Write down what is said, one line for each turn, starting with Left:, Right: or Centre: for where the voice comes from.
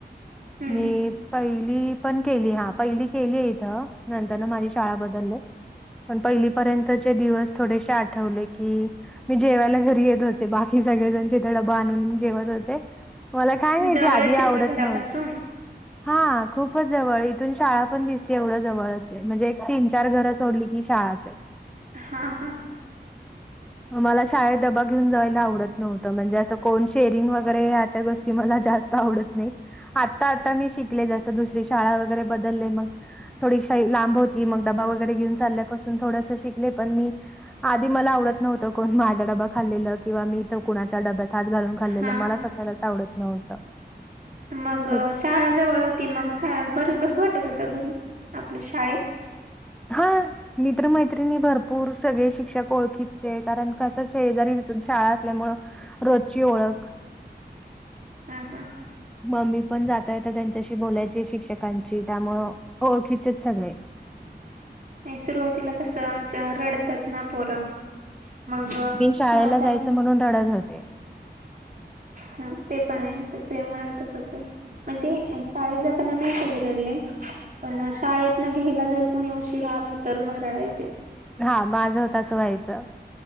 Right: हम्म.
Centre: मी पहिली पण केली हा पहिली केली इथं. नंतर माझी शाळा बदलले पण पहिलीपर्यंतचे दिवस थोडेसे आठवले. की मी जेवायला घरी येत होते बाकी सगळेजण तिथं डबा आणून जेवत होते. मला काय माहिती
Right: जवळच
Centre: आधी
Right: आहे
Centre: आवडत
Right: का घरापासून?
Centre: नव्हतं <inaudible> हा खूपच जवळ इथून शाळा पण दिसते एवढं जवळच म्हणजे एक तीन चार घरं सोडली की शाळाच असते. <inaudible>
Right: हा हा ह.
Centre: <inaudible> मला शाळेत दबा घेऊन जायला आवडत नव्हतं म्हणजे असं कोण शेअरिंग वगैरे त्या गोष्टी मला जास्त त आवडत नाही आता आता मी शिकले जस दुसरी शाळा वगैरे बदलले मग थोडीशी ही लांब होती मग डबा वगैरे घेऊन चालल्यापासून थोडसं शिकले पण मी. आधी मला आवडत नव्हतं कोण माझ्या डबां खाल्लेलं किंवा मी इथ कुणा डब्यात हात घालून खाल्लेलं
Right: हा.
Centre: मला स्वतःलाच आवडत नव्हतं.
Right: मग
Centre: मी
Right: शाळा जवळ होती मग शाळा बर बसू वाटत होत घरी आपल्या शाळेत?
Centre: हा. मित्र मैत्रिणी भरपूर सगळे शिक्षक ओळखीचे कारण कसं शेजारी शाळा असल्यामुंळ. रोजची ओळख.
Right: हां हां.
Centre: मम्मी पण जाता येता त्यांच्याशी बोलायची शिक्षकांची त्यामुळे ओळखीचेच सगळे.
Right: नाही सुरुवातीला कसं च रडतात ना पोरं. मग आता
Centre: मी शाळेला जायचं म्हणून रडत होते.
Right: हम्म ते पण आहे तसे मग तसच आहे म्हणजे शाळेत जात. पुन्हा नाही कोणी रडले पण म शाळेत ना घ्यायला जर कोणी उशीरा आलं तर मग रडायचे.
Centre: हा माझं तसं व्हायचं